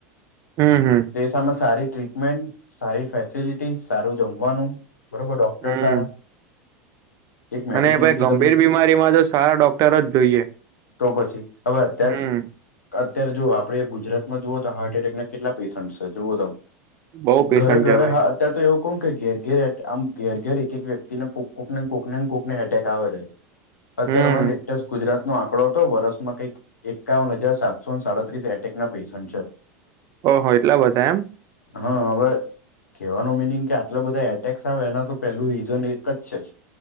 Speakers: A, on the right; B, on the left.
A: હમ હમ
B: તે સામે સારી ટ્રીટમેન્ટ સારી ફેસિલિટીસ સારું જમવાનું બરોબર ડોક્ટર
A: હમ
B: સારા એક મેડિક્લેમથી
A: અને ભાઈ ગંભીર
B: તમને
A: બીમારીમાં તો સારા ડોક્ટર જ જોઈએ
B: તો પછી હવે અત્યારે
A: હમ
B: અત્યારે જોુ આપડે ગુજરાતમાં જુઓ તો હાર્ટ એટેક ના કેટલા પેશન્ટ છે જુઓ તમ
A: બઉ પેશન્ટ
B: ઘરે ઘરે
A: છે ભાઈ
B: હા અત્યારે તો એવું કોણ કે ઘેર ઘેર આમ ઘેર ઘેર એક એક વ્યક્તિને કોકને કોકને કોકને એટેક આવે છે અત્યારે
A: હમ
B: હમણાં લેટેસ્ટ ગુજરાત નો આંકડો હતો વરસ કઈક એકાવન હજાર સાતસો સાડત્રીસ એટેક ના પેશન્ટ છે
A: ઓહ એટલા બધા એમ
B: હા હવે કેહેવાનું મિનિંગ કે આટલો બધા એટેક્સ આવે એના તો પેલું રીઝન એક જ અચ્છા.